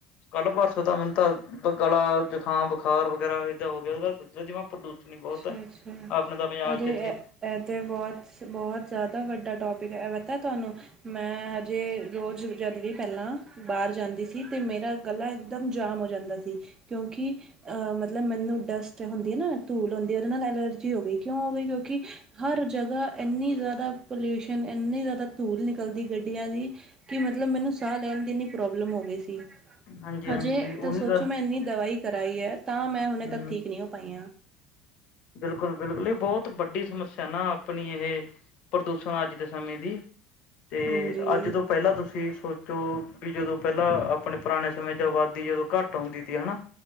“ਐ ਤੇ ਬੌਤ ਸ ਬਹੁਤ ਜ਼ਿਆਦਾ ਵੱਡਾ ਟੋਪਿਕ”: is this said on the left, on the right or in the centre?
Right